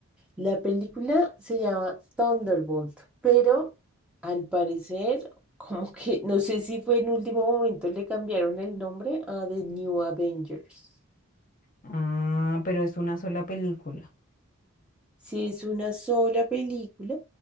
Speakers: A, in the centre; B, on the left.
A: La película se llama Thunderbolt, pero al parecer, <laughs> como que no sé si fue en último momento le cambiaron el nombre a The New Avengers.
B: Ah, pero es una sola película.
A: Sí, es una sola película